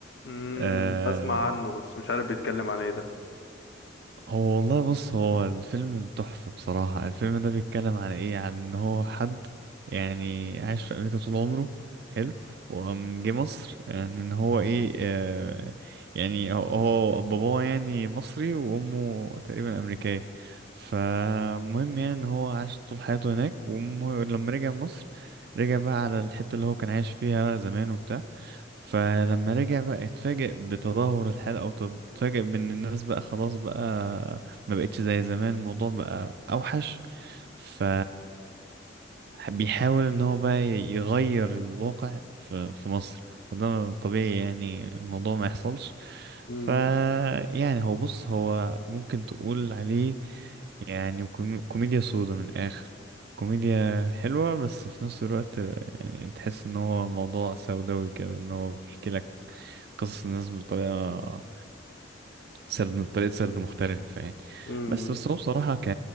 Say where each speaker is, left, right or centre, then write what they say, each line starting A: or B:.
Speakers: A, on the left; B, on the right.
A: امم
B: آه،
A: اسمع عنه بس مش عارف بيتكلم عن ايه ده
B: هو والله بص هو الفيلم تحفة بصراحة الفيلم ده بيتكلم عن ايه عن ان هو حد يعني عايش في امريكا طول عمره حلو وقام جه مصر يعني ان هو ايه آه يعني هو هو باباه يعني مصري وامه تقريبا امريكية فمهم يعني ان هو عاش طول حياته هناك ولما رجع مصر رجع بقى على الحتة اللي هو كان عايش فيها زمان وبتاع فلما رجع بقى اتفاجئ بتدهور الحال او تد- اتفاجئ بان الناس بقى خلاص بقى ما بقتش زي زمان الموضوع بقى اوحش ف بيحاول ان هو بقى يغير الواقع في في مصر وده طبيعي يعني الموضوع ما يحصلش
A: امم
B: ف يعني هو بص هو ممكن تقول عليه يعني كومي- كوميديا سودا من الاخر كوميديا حلوة بس في نفس الوقت يعني تحس ان هو موضوع سوداوي كده ان هو بيحكي لك قصص الناس بطريقة سرد طريقة سرد مختلفة يعني
A: امم
B: بس بس هو بصراحة ك